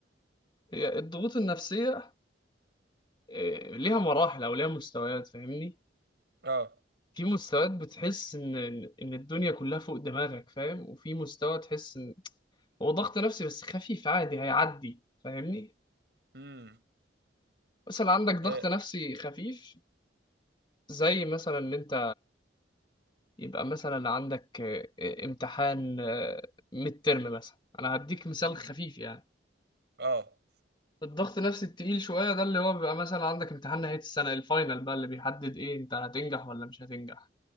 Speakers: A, on the left; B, on the right.
A: هي الضغوط النفسيه إيه، ليها مراحل او ليها مستويات فاهمني
B: اه
A: في مستويات بتحس ان ان الدنيا كلها فوق دماغك فاهم وفي مستوى تحس ان هو ضغط نفسي بس خفيف عادي هيعدي فاهمني
B: امم
A: مثلا عندك ضغط
B: اه
A: نفسي خفيف زي مثلا ان انت يبقى مثلا عندك آه، آه، امتحان ميد ترم مثلا انا هديك مثال
B: مم.
A: خفيف يعني
B: آه.
A: الضغط النفسي التقيل شوية ده اللي هو بيبقى مثلا عندك امتحان نهاية السنة الفاينل بقى اللي بيحدد ايه انت هتنجح ولا مش هتنجح